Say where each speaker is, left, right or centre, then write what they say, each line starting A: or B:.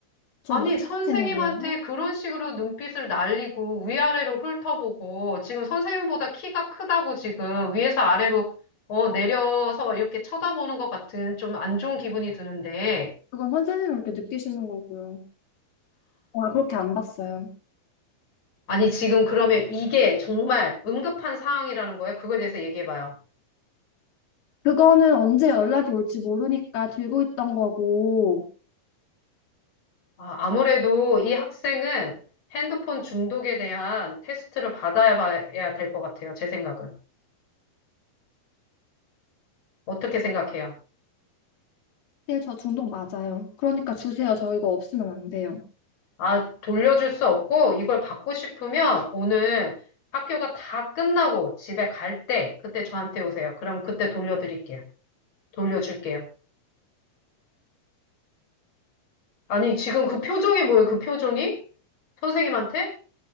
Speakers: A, on the left; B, on the left.
A: 저
B: 아니,
A: 못 찾으시는
B: 선생님한테
A: 거예요?
B: 그런 식으로 눈빛을 날리고 위아래로 훑어보고 지금 선생님보다 키가 크다고 지금 위에서 아래로 어, 내려서 이렇게 쳐다보는 것 같은 좀 안 좋은 기분이 드는데
A: 그건 선생님이 그렇게 느끼시는 거고요. 어, 그렇게 안 봤어요.
B: 아니, 지금 그러면 이게 정말 응급한 상황이라는 거예요? 그거에 대해서 얘기해봐요.
A: 그거는 언제 연락이 올지 모르니까 들고 있던 거고,
B: 아, 아무래도 이 학생은 핸드폰 중독에 대한 테스트를 받아야 봐야 될 것 같아요. 제 생각은. 어떻게 생각해요?
A: 네, 저 중독 맞아요. 그러니까 주세요. 저 이거 없으면 안 돼요.
B: 아, 돌려줄 수 없고 이걸 받고 싶으면 오늘 학교가 다 끝나고 집에 갈 때 그때 저한테 오세요. 그럼 그때 돌려드릴게요. 돌려줄게요. 아니, 지금 그 표정이 뭐예요? 그 표정이? 선생님한테?